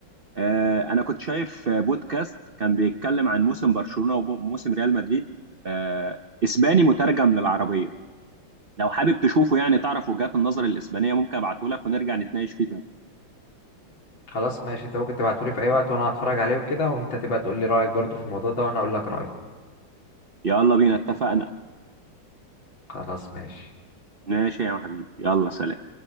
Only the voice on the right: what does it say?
آه، انا كنت شايف آه، بودكاست كان بيتكلم عن موسم برشلونة وموسم ريال مدريد آه، اسباني مترجم للعربية لو حابب تشوفه يعني تعرف وجهات النظر الاسبانية ممكن ابعته لك ونرجع نتناقش فيه تاني
يلا بينا اتفقنا
ماشي يا حبيبي يلا سلام